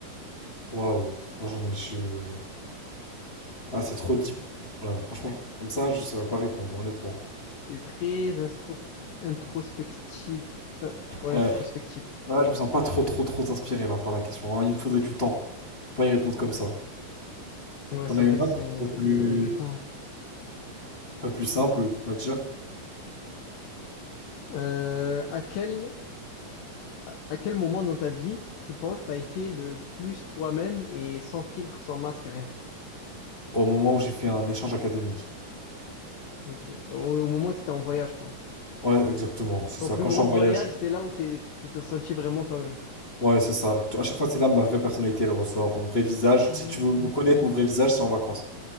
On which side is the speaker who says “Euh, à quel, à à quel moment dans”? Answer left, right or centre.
Left